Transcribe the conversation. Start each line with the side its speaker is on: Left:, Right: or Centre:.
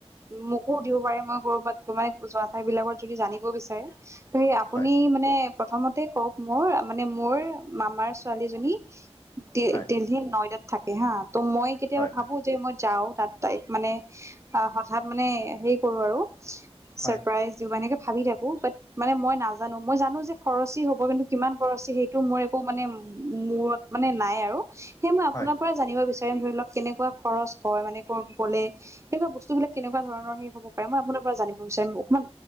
Right: মোকো সুদিব পাৰে মই কৰ'বাত মানে যোৱা ঠাই বিলাকৰ যদি জানিব বিচাৰে। সেই আপুনি
Left: হয়
Right: মানে প্ৰথমতে কওক মোৰ মানে মোৰ মামাৰ ছোৱালীজনী-
Left: হয়
Right: দিল্হিত নয়দাত থাকে হাঁ ত' মই কেতিয়াবা
Left: হয় হয়
Right: ভাবো যে মই যাও তাত- তাইক মানে আহ হঠাৎ মানে হেই কৰো আৰু-
Left: হয়
Right: চাৰপ্ৰাইজ দিওঁ এনেকে ভাবি থাকো বাত মানে মই নাজানো মই জানো যে- খৰচী হ'ব কিন্তু কিমান খৰচী সেইটো ময় একো মানে মূৰত মানে নাই আৰু। সেইয়ে মই আপোনাৰ
Left: হয়,
Right: পৰা জানিব বিচাৰিম ধৰি লওক কেনেকুৱা খৰচ হয় মানে ক গ'লে। এনেকুৱা বস্তু বিলাক কেনেকুৱা ধৰণৰ সেই হ'ব পাৰে মই আপোনাৰ পৰা জানিব বিচাৰিম অকমান